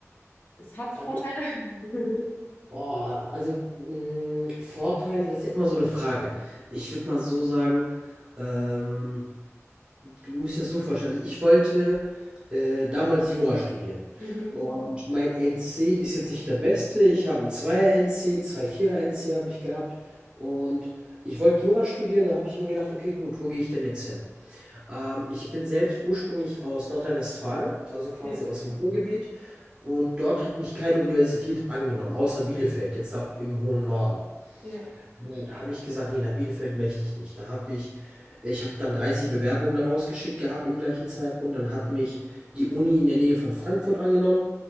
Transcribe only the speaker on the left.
es hat
Vorteile? <laughs>
Mhm.
Ja.
Ja.